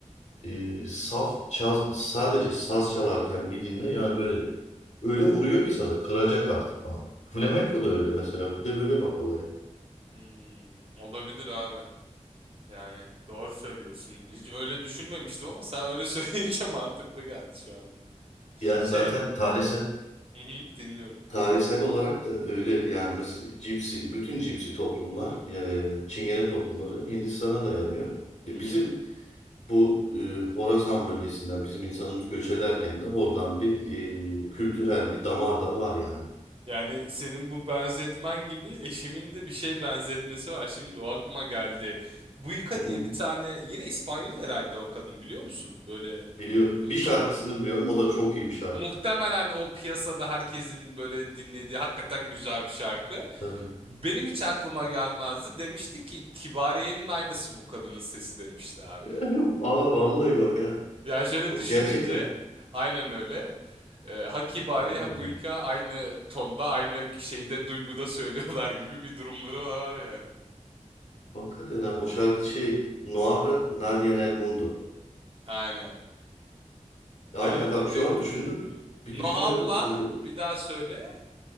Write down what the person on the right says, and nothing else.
Hmm, olabilir abi. Yani doğru söylüyorsun. Hiç öyle düşünmemiştim ama sen öyle söyleyince <laughs> mantıklı geldi şu anda.
Şey,
hı hı, dinliyorum.
Hı
hı.
Yani senin bu benzetmen gibi eşimin de bir şey benzetmesi var. Şimdi o aklıma geldi. Buika
diye
bir tane yine İspanyol herhalde o kadın biliyor musun? Böyle
e,
tok
Muhtemelen o piyasada herkesin böyle dinlediği hakikaten güzel bir şarkı.
Benim hiç aklıma gelmezdi. Demişti ki Kibariye'nin aynısı bu kadının sesi demişti abi
yani.
Ya şöyle
düşününce
aynen öyle. Ee, ha Kibariye
ha Buyka aynı tonda aynı şeyde duyguda söylüyorlar gibi bir durumları var yani.
Aynen.
Ee,
dü-
Nohab'la
bir daha söyle.